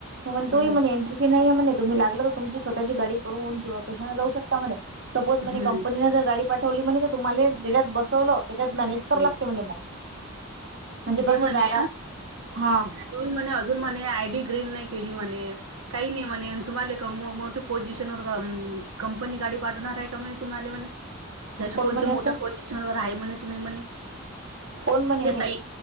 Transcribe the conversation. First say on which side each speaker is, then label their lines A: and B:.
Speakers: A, on the right; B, on the right.
A: तुमान तोही
B: हम्म
A: म्हणे एंट्री फी नाहीय आहे म्हणे तुम्ही लागलं तर तुमची स्वतःची गाडी करून किंवा कशाने जाऊ शकता. ता म्हणे सपोज म्हणे
B: हम्म
A: कंपनी जर गाडी पाठवली म्हणे तुम्हाले तेच्यात बसवल त्याच्यात मॅनेज कराय
B: हम्म
A: लागते म्हणे मग. म्हणजे
B: ते
A: कसं
B: म्हणे
A: जागा हा
B: तुही म्हणे अजून म्हणे आय डी ग्रीन नाही केली म्हणे. काही नाही म्हणे तुम्हाला क मोठे पोझिशन वर कं कंपनी गाडी पाठवणार आहे का म्हणे तुम्हाला म्हणे. अशी
A: कोण
B: कोणती
A: म्हणे असं
B: मोठ्या पोझिशन वर आहे म्हणे तुम्ही म्हणे
A: कोण म्हणे
B: ते
A: हे
B: ताई.